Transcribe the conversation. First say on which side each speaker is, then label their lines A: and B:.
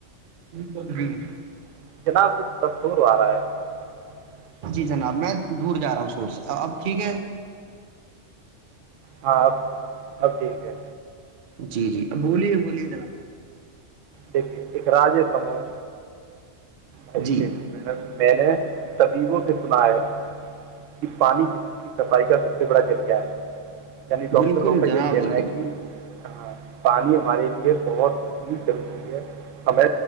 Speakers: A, on the right; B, on the right.
A: ب <inaudible>
B: <unintelligible>
A: جی جناب میں دور جا رہا ہوں شور سے اب ٹھیک ہے
B: ہاں اب اب ٹھیک ہے
A: جی جی بولیے بولیے ر
B: دیکھیے ایک راجے سموم ب
A: جی
B: میں نے میں نے طبیبوں سے سنا ہے کہ پانی جس کی صفائی کا سب سے بڑا ذریعہ ہے یعنی ڈاکٹروں
A: بالکل
B: کا
A: جناب
B: یہ کہنا
A: بالکل
B: ہے کہ ہاں پانی ہمارے لیے بہت ہی ضروری ہمیں